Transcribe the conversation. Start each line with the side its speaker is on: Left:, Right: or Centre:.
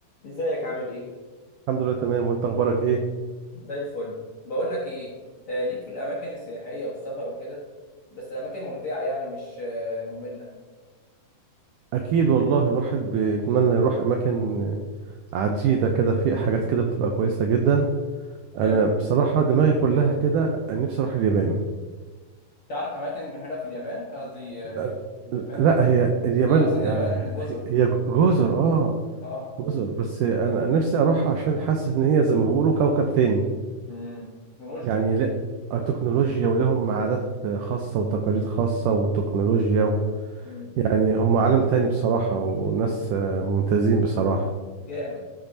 Left: ازيك عامل ايه
Right: الحمد لله تمام وانت اخبارك ايه
Left: زي الفل بقول لك ايه آه ليك في الاماكن السياحيه والسفر وكده بس الاماكن ممتعه يعني مش آه ممله
Right: اكيد والله الواحد بيتمنى يروح اماكن عديده كده في حاجات كده بتبقى كويسه جدا انا
Left: حلو
Right: بصراحه دماغي كلها كده نفسي اروح اليابان
Left: تعرف اماكن حلوه في اليابان قصدي آه
Right: لا,
Left: إيه ده؟ اليابان
Right: لا هي اليابان
Left: هي اصلا
Right: يعني
Left: اليابان جزر
Right: هي جزر اه
Left: اه
Right: جزر بس انا نفسي اروح عشان حاسس ان هي زي ما بيقولوا كوكب تاني
Left: امم تكنولوجيا
Right: يعني لا التكنولوجيا ولهم عادات خاصه وتقاليد خاصه وتكنولوجيا و...
Left: مم،
Right: يعني هم عالم تاني بصراحه وناس آه، ممتازين بصراحه
Left: جامد